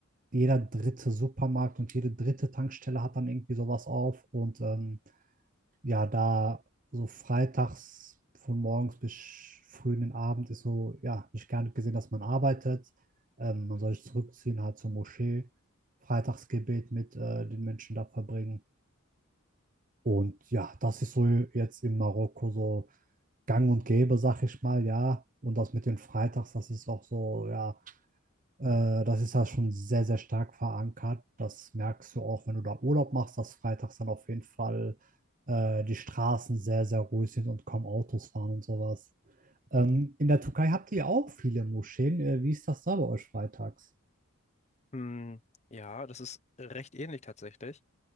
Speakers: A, on the right; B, on the left.
A: jeder dritte Supermarkt und jede dritte Tankstelle hat dann irgendwie sowas auf. Und ähm, ja, da so freitags von morgens bis früh in den Abend ist so, ja, nicht gar nicht gesehen, dass man arbeitet. Ähm, man soll sich zurückziehen, halt zur Moschee, Freitagsgebet mit äh, den Menschen da verbringen. Und ja, das ist so jetzt in Marokko so gang und gäbe, sag ich mal, ja. Und das mit den Freitags, das ist auch so, ja, äh, das ist ja schon sehr, sehr stark verankert. Das merkst du auch, wenn du da Urlaub machst, dass freitags dann auf jeden Fall äh, die Straßen sehr, sehr ruhig sind und kaum Autos fahren und sowas. Ähm, in der Türkei habt ihr auch viele Moscheen. Äh, wie ist das da bei euch freitags?
B: Hm, ja, das ist recht ähnlich tatsächlich.